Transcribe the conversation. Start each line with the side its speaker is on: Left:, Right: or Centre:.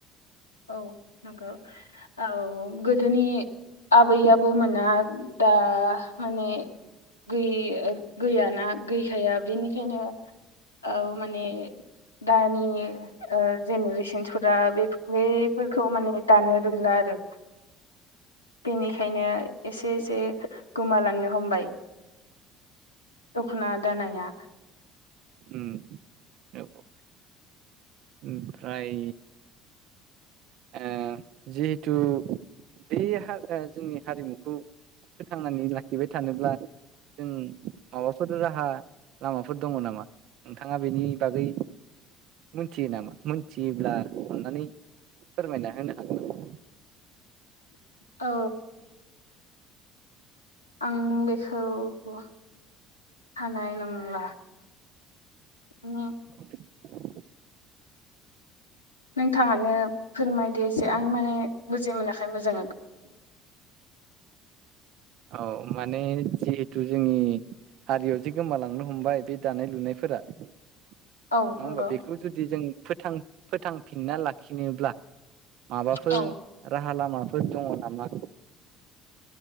Left: औ नंगौ औ गोदोनि आबै आबो मोना दा माने गै गैयाना गैखाया बेनिखायनो औ माने दानि ओ जेनेरेसनफोरा बे बैफोरखौ माने दानो रोंला आरो बेनिखायनो एसे एसे गोमालांनो हमबाय दखना दानाया
Right: उम औ ओमफ्राय ओ जिहेथु बे हाग्रा जोंनि हारिमुखौ फोथांनानै लाखिबाय थानोब्ला जों माबाफोर राहा लामाफोर दं नामा नोंथांआ बेनि बागै मिथियो नामा मोनथियोब्ला अन्नानै फोरमायना होनो हागोन
Left: औ आं बेखौ हानाय नंला म उहो
Right: <inaudible>
Left: नोंथाङानो फोरमायदो एसे आं माने बुजि मोनाखै मोजाङै
Right: औ माने जिहेथु जोंनि हारियाव जि गोमालांनो हमबाय बे दानाय लुनायफोरा नङा
Left: औ नंगौ
Right: होमबा बेखौ जुदि जों फोथां फोथांफिनना लाखिनोब्ला माबाफोर
Left: औ
Right: राहा लामाफोर दं नामा?